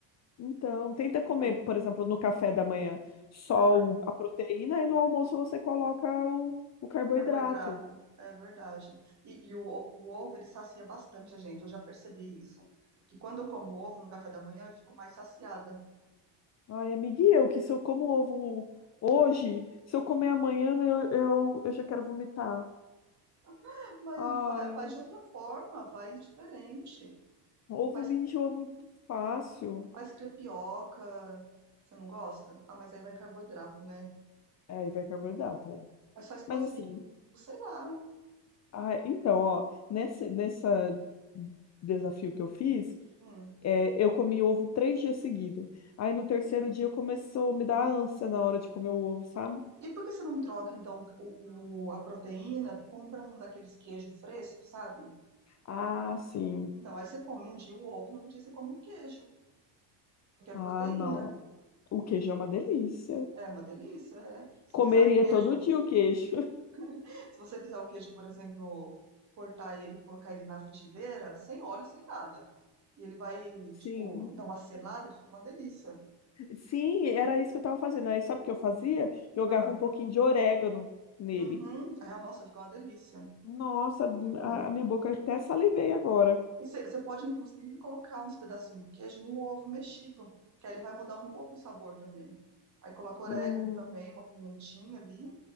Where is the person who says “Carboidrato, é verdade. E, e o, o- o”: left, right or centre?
Right